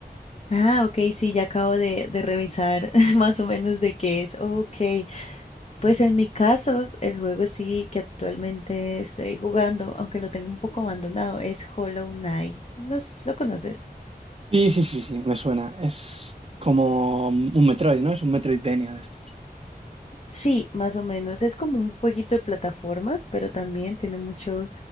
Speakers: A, on the left; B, on the right.
A: Ah, ok, sí, ya acabo de, de revisar <laughs> más o menos de qué es. Ok, Pues en mi caso, el juego sí que actualmente estoy jugando, aunque lo tengo un poco abandonado, es Hollow Knight. ¿Los- ¿Lo conoces?
B: Sí, sí, sí, sí, me suena. Es como un Metroid, ¿no? Es un Metroidvania de estos.
A: Sí, más o menos. Es como un jueguito de plataforma, pero también tiene mucho,